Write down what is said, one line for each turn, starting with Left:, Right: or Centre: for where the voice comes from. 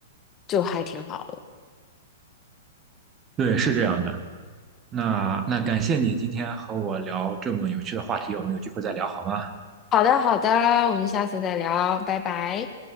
Left: 就还挺好的。
Right: 对，是这样的。
Left: 嗯，
Right: 那那感谢你今天和我聊这么有趣的话题，我们有机会再聊好吗？
Left: 好的好的，我们下次再聊，拜拜。